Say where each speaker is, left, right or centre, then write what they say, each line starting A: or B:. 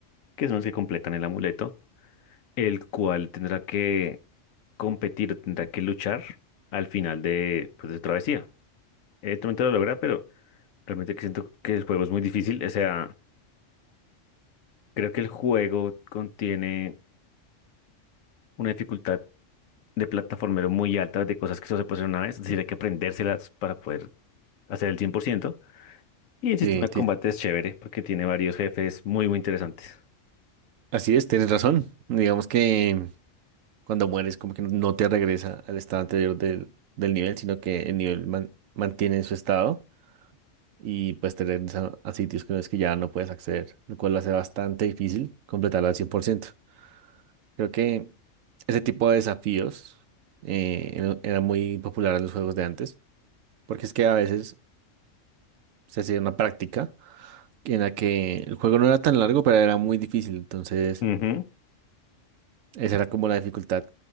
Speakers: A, on the left (about 85°); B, on the right (about 85°).
A: que son las que completan el amuleto, el cual tendrá que competir, tendrá que luchar al final de, pues, de su travesía. Evidentemente lo logra, pero realmente que siento que el juego es muy difícil. O sea, creo que el juego contiene una dificultad de plataformero muy altas, de cosas que solo se puede hacer una vez, es decir, hay que aprendérselas para poder hacer el cien por ciento Y el sistema
B: Sí, ti-
A: de combate es chévere porque tiene varios jefes muy, muy interesantes.
B: así es, tienes razón. Digamos que cuando mueres, como que no te regresa al estado anterior del, del nivel, sino que el nivel man- mantiene su estado y pues te regresa a sitios que no es que ya no puedes acceder, lo cual lo hace bastante difícil completarlo al 100%. Creo que ese tipo de desafíos eh, era era muy popular en los juegos de antes, porque es que a veces se hacía una práctica. en la que el juego no era tan largo, pero era muy difícil. Entonces,
A: Ujú.
B: esa era como la dificultad.